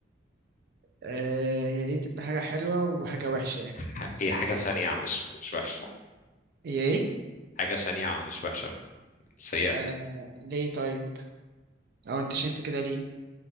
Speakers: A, on the right; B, on the left.
A: آه، هي دي تبقى حاجة حلوة وحاجة وحشة يعني
B: ح- هي
A: يعني
B: حاجة شنيعة مش مش وحشة
A: هي ايه؟
B: حاجة شنيعة مش وحشة سيئة
A: آه ليه طيب؟ أو انت شايف كده ليه؟